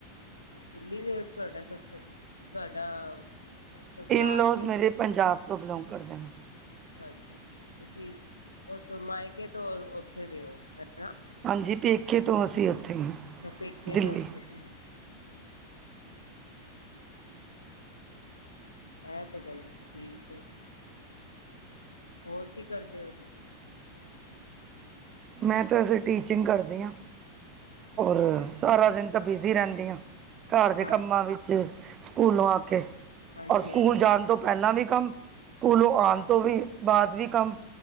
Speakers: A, on the left (about 80°); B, on the right (about 30°).
A: ਦਿੱਲੀ ਤੇ ਵੇ ਤੁਹਾਡਾ ਸੱਸ ਤੁਹਾਡਾ ਸਸੁਰਾਲ
B: ਇਨਲੋਜ਼
A: ਵੀ
B: ਮੇਰੇ ਪੰਜਾਬ ਤੋਂ ਬਿਲੋਂਗ ਕਰਦੇ ਨੇ
A: ਅੱਛਾ, ਅੱਛਾ, ਅੱਛਾ ਤੁਸੀਂ ਉਥੋਂ ਮਾਇਕੇ ਤੋਂ ਉੱਥੇ ਦਿਓ ਹਨ
B: ਹਾਂਜੀ ਪੇਕੇ ਤੋਂ ਅਸੀਂ ਉੱਥੇ
A: ਤਾਂ ਪੇਕੇ
B: ਦਿੱਲੀ
A: ਤੋਂ ਉਥੋਂ ਦੀ ਇਹ ਤਾਂ ਗੱਲ ਠੀਕ ਐ ਹੋਰ ਕੀ ਕਰਦੇ ਹੋ ਤੁਸੀਂ?
B: ਮੈਂ ਤਾਂ ਵਸੇ ਟੀਚਿੰਗ ਕਰਦੀ ਹਾਂ
A: ਅੱਛਾ
B: ਔਰ ਸਾਰਾ ਦਿਨ ਤਾਂ ਬਿਜੀ ਰਹਿੰਦੀ ਆ ਘਰ ਦੇ
A: ਹਾਂ
B: ਕੰਮਾਂ ਵਿੱਚ ਸਕੂਲੋਂ ਆ ਕੇ
A: ਹਾਂਜੀ
B: ਔਰ ਸਕੂਲ
A: ਹਾਂਜੀ
B: ਜਾਣ ਤੋਂ ਪਹਿਲਾਂ ਵੀ ਕੰਮ, ਸਕੂਲ ਆਣ ਤੋਂ ਵੀ ਬਾਅਦ ਵੀ ਕੰਮ